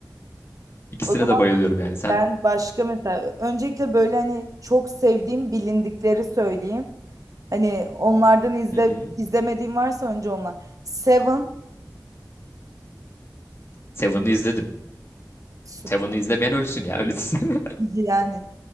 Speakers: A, on the left; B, on the right.
A: ikisine
B: O zaman
A: de bayılıyorum yani. Sen
B: ben başka mesela öncelikle böyle hani çok sevdiğim bilindikleri söyleyeyim. Hani onlardan izle
A: Hı hı.
B: izlemediğim varsa önce onlar. Seven
A: Seven'ı izledim.
B: süper
A: Seven'ı izlemeyen ölsün ya. Öyle <laughs>
B: <laughs> yani.